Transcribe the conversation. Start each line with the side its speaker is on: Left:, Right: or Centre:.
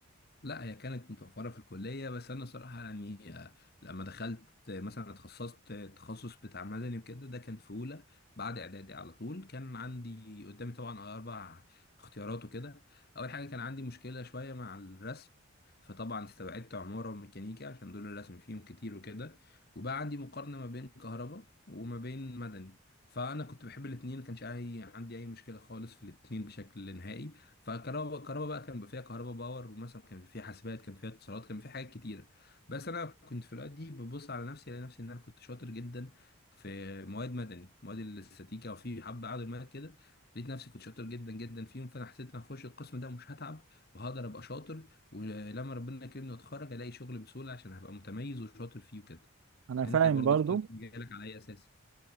Left: لا هي كانت متوفرة في الكلية بس أنا صراحة يعني آه، لما دخلت آه، مثلا اتخصصت آه، التخصص بتاع مدني وكده ده كان في أولى بعد إعدادي على طول كان عندي قدامي طبعا أربع اختيارات وكده أول حاجة كان عندي مشكلة شوية مع الرسم فطبعا استبعدت عمارة وميكانيكا عشان دول الرسم فيهم كتير وكده وبقى عندي مقارنة ما بين كهرباء وما بين مدني فأنا كنت بحب الاتنين ما كانش أي- عندي أي مشكلة خالص في الاتنين بشكل نهائي فكهرباء كهرباء بقى كان بيبقى فيها كهرباء باور ومثلا كان فيها حاسبات كان فيها اتصالات كان فيها حاجات كتيره بس انا كنت في الاوقات دي ببص على نفسي الاقي نفسي ان انا كنت شاطر جدا في مواد مدني مواد الاستاتيكا وفي حبه عدد مواد كده لقيت نفسي كنت شاطر جدا جدا فيهم فانا حسيت ان هخش القسم ده مش هتعب وهقدر ابقى شاطر ولما ربنا يكرمني واتخرج الاقي شغل بسهوله عشان هبقى متميز وشاطر فيه وكده
Right: انا
Left: انت
Right: فاهم
Left: برضو
Right: برضو
Left: اخترت مجالك على اي اساس